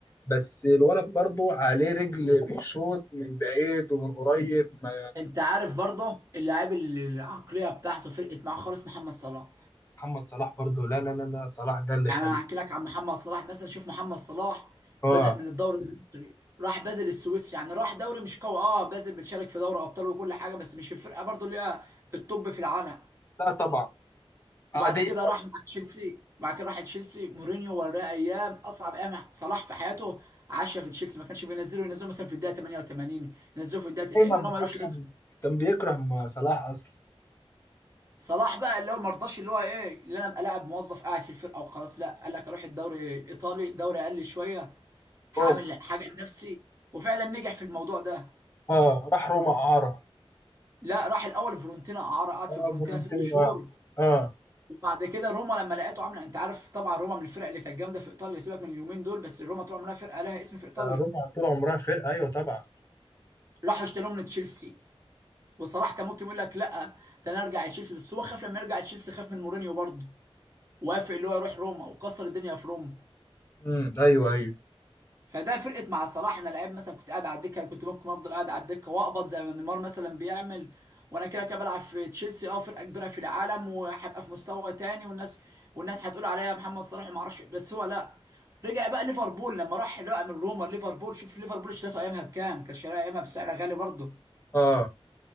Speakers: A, on the left; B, on the right.
A: بس الولد برضو عليه رجل بيشوط من بعيد ومن قريب ما-
B: انت عارف برضه اللاعب اللي العقليه بتاعته فرقت معاه خالص محمد صلاح
A: محمد صلاح برضو لا لا لا لا صلاح ده اللي
B: يعني
A: خلاه
B: انا هحكي لك عن محمد صلاح مثلا شوف محمد صلاح
A: اه
B: بدأ من الدوري المصري راح بازل السويسري يعني راح دوري مش قوي اه بازل بتشارك في دوري ابطال وكل حاجه بس مش الفرقه برضه اللي هي التوب في العالم
A: لا طبعا
B: وبعد
A: عاديه
B: كده راح مع تشيلسي بعد كده راح تشيلسي مورينيو وراه ايام اصعب ايام صلاح في حياته عاشها في تشيلسي ما كانش بينزله ينزله مثلا في الدقيقه 88 ينزله في الدقيقه 90
A: دايما
B: اللي هو ملوش
A: اصلا
B: لازمه
A: كان بيكره م- صلاح اصلا
B: صلاح بقى اللي هو ما رضاش اللي هو ايه اللي انا ابقى لاعب موظف قاعد في الفرقه وخلاص لا قال لك اروح الدوري الايطالي دوري اقل شويه
A: روما
B: هعمل حاجه لنفسي وفعلا نجح في الموضوع ده
A: اه راح روما اعاره
B: لا راح الاول فيورنتينا اعاره قعد
A: اه
B: في فيورنتينا
A: فيورنتينا
B: ست شهور
A: اه
B: وبعد كده روما لما لقيته عامله انت عارف طبعا روما من الفرق اللي كانت جامده في ايطاليا سيبك من اليومين دول بس روما طول عمرها فرقه لها اسم في ايطاليا
A: روما طول عمرها فرقه ايوه طبعا
B: راحوا اشتروه من تشيلسي وصلاح كان ممكن يقول لك لا ده انا ارجع تشيلسي بس هو خاف لما يرجع تشيلسي خاف من مورينيو برضه وافق اللي هو يروح روما وكسر الدنيا في روما
A: امم ايوه ايوه
B: فده فرقت مع صلاح انا لعيب مثلا كنت قاعد على الدكه أنا كنت ممكن افضل قاعد على الدكه واقبض زي ما نيمار مثلا بيعمل وانا كده كده بلعب في تشيلسي اه فرقه كبيره في العالم وهبقى في مستوى تاني والناس والناس هتقول عليا محمد صلاح ما اعرفش إيه. بس هو لا رجع بقى ليفربول لما راح بقى من روما ليفربول شوف ليفربول اشتريته ايامها بكام كان شاريها ايامها بسعر غالي برضه
A: اه